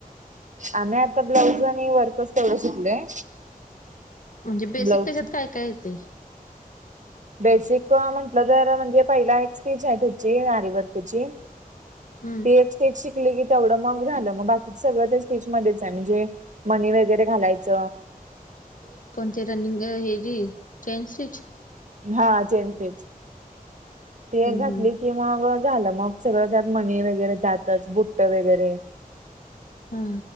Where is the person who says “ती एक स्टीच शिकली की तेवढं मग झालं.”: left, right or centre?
Right